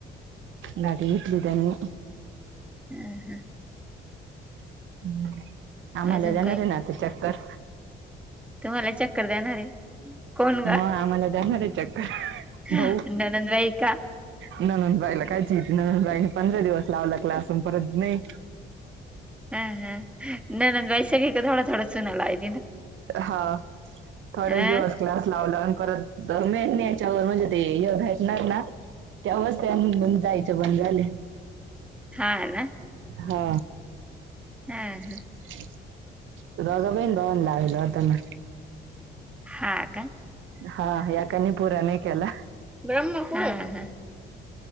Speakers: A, on the right; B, in the centre.
A: गाडी इेतली तणे
B: हम्म हम्
A: हम्म आम्हाला
B: अजून
A: जाणार
B: काय
A: रे ना अस चक्करकर
B: तुम्हाला चक्कर देणार आहे कोण
A: मग
B: ग
A: आम्हाला जा भाऊ
B: ननंदबाई का
A: ननंद बाईला काय न बाई पंधरा दिवस लावला क्लासून परत नही.
B: हं हं नणंदबाई सगळीकडे थोडा थोडा चूना लाविल.
A: हा. थोडच
B: अ
A: दिवस क्लास लावला परत मेन यांच्यावर म्हणजे <unintelligible> नाही ना, त्यावर त्या जायच बंद झाले.
B: हा आहे ना.
A: हा
B: हा हा
A: <unintelligible> लागेला व्हताना.
B: हा का?
A: हा यकाने पुरा नही केला.
B: ब्रम्हपूरये? हं हं.